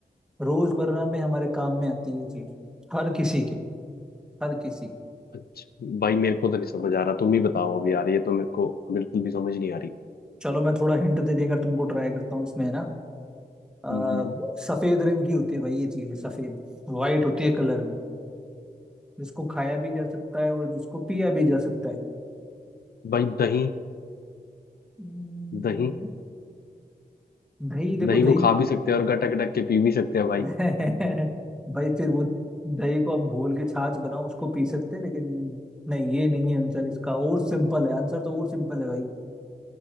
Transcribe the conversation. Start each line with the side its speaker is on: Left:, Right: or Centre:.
Centre: रोजमर्रा में हमारे काम में आती है ये चीज हर किसी की हर किसी की
Left: अच्छा भाई मेरे को तो नहीं समझ आ रहा तुम ही बताओ अभी यार ये तो मेरे को बिल्कुल भी समझ नहीं आ रही
Centre: चलो मैं थोड़ा हिंट देने का तुमको ट्राई करता हूँ इसमें है ना अ,
Left: हम्म,
Centre: सफेद रंग की होती है भाई ये चीज सफेद वाइट होती है कलर में जिसको खाया भी जा सकता है और जिसको पिया भी जा सकता है
Left: भाई दही
Centre: हम्म,
Left: दही
Centre: दही देखो
Left: दही को
Centre: दही
Left: खा भी सकते हैं और गटक गटक के पी भी सकते हैं भाई
Centre: <laughs> भाई फिर वो दही को आप घोल के छाछ बनाओ उसको पी सकते हैं लेकिन नहीं ये नहीं है आंसर इसका और सिंपल है आंसर तो और सिंपल है भाई